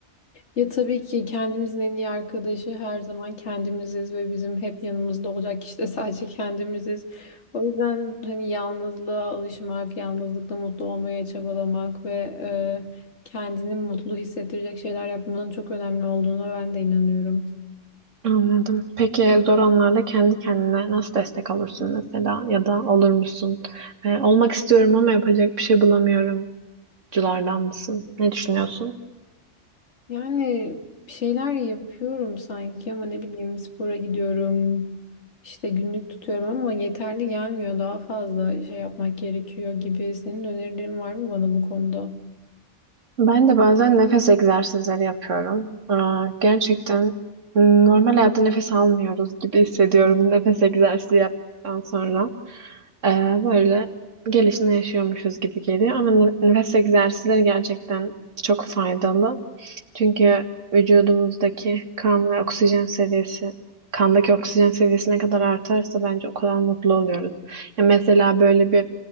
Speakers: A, on the left (about 70°); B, on the right (about 85°).
A: Ya tabii ki kendimizin en iyi arkadaşı her zaman kendimiziz ve bizim hep yanımızda olacak kişi de <laughs> sadece kendimiziz. O yüzden hani yalnızlığa alışmak, yalnızlıkla mutlu olmaya çabalamak ve e, kendini mutlu hissettirecek şeyler yapmanın çok önemli olduğuna ben de inanıyorum.
B: Anladım. Peki zor anlarda kendi kendine nasıl destek olursun mesela ya da olur musun? Ee, olmak istiyorum ama yapacak bir şey bulamıyorum. Culardan mısın? Ne düşünüyorsun?
A: Yani bir şeyler yapıyorum sanki ama ne bileyim spora gidiyorum, işte günlük tutuyorum ama yeterli gelmiyor. Daha fazla şey yapmak gerekiyor gibi. Senin önerilerin var mı bana bu konuda?
B: Ben de bazen nefes egzersizleri yapıyorum. Aa, gerçekten normal hayatta nefes almıyoruz gibi <laughs> hissediyorum nefes egzersizi yaptıktan sonra. Ee, böyle gelişine yaşıyormuşuz gibi geliyor ama ne- nefes egzersizleri gerçekten çok faydalı. Çünkü vücudumuzdaki kan ve oksijen seviyesi, kandaki oksijen seviyesi ne kadar artarsa bence o kadar mutlu oluyoruz. Ya mesela böyle bir